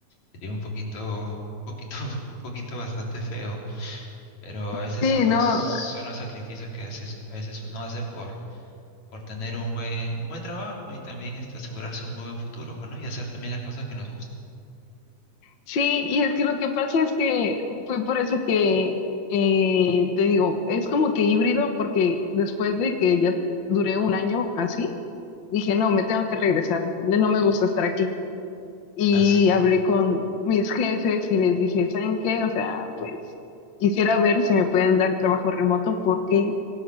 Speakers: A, on the left; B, on the left.
A: sería un poquito, un poquito, <laughs> un poquito bastante feo, pero a veces
B: Sí,
A: son
B: no,
A: los, son los sacrificios que a veces, a veces uno hace por, por tener un buen, un buen trabajo y también este, asegurarse un muy buen futuro, bueno, y hacer también las cosas que nos gustan.
B: sí, y es que lo que pasa es que fue por eso que, eh, te digo, es como que híbrido, porque después de que ya duré un año así, dije, no, me tengo que regresar, ya no me gusta estar aquí. Y
A: ¿Ah, sí?
B: hablé con mis jefes y les dije, ¿saben qué? O sea, pues quisiera ver si me pueden dar trabajo remoto porque,